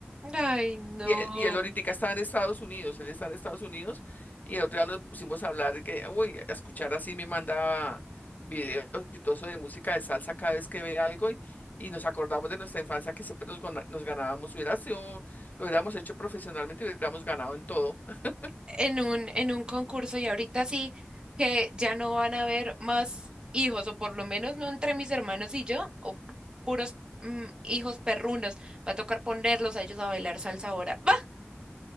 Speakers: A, on the right (about 20°); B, on the left (about 45°).
A: Ay, no.
B: Y él, y él ahorita estaba en Estados Unidos, él está en Estados Unidos y el otro día nos pusimos a hablar y que, uy, a escuchar así me manda videos y todo eso de música de salsa cada vez que ve algo y, y nos acordamos de nuestra infancia que siempre nos, gana- nos ganábamos, hubiera sido, lo hubiéramos hecho profesionalmente, hubiéramos ganado en todo. <laughs>
A: En un, en un concurso y ahorita sí que ya no van a haber más hijos, o por lo menos no entre mis hermanos y yo, o puros mm, hijos perrunos. Va a tocar ponerlos a ellos a bailar salsa ahora. Va.